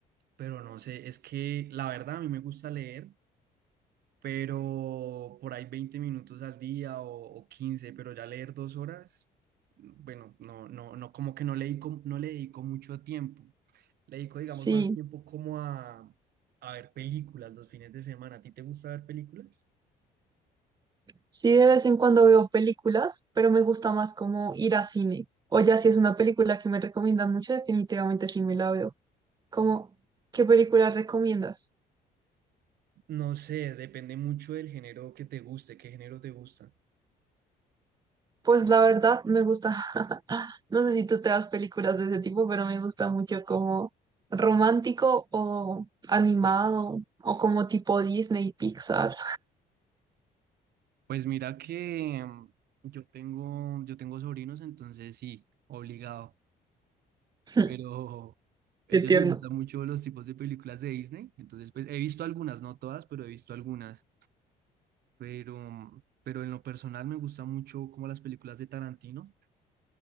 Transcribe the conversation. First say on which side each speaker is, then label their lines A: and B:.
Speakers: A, on the right (about 70°); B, on the right (about 25°).
A: pero no sé, es que la verdad a mí me gusta leer pero por ahí 20 minutos al día o, o 15, pero ya leer dos horas, bueno, no, no, no, como que no le dedico, no le dedico mucho tiempo. Le dedico, digamos,
B: Sí.
A: más tiempo como a, a ver películas los fines de semana. ¿A ti te gusta ver películas?
B: Sí, de vez en cuando veo películas, pero me gusta más como ir a cine. O ya si es una película que me recomiendan mucho, definitivamente sí me la veo. Como, ¿qué película recomiendas?
A: No sé, depende mucho del género que te guste, qué género te gusta.
B: Pues la verdad me gusta, <laughs> no sé si tú te das películas de ese tipo, pero me gusta mucho como romántico o animado o como tipo Disney, Pixar.
A: Pues mira que mm, yo tengo, yo tengo sobrinos, entonces sí, obligado.
B: <laughs>
A: pero a
B: Qué
A: ellos
B: tierno.
A: les gustan mucho los tipos de películas de Disney, entonces pues he visto algunas, no todas, pero he visto algunas, pero, pero en lo personal me gusta mucho como las películas de Tarantino,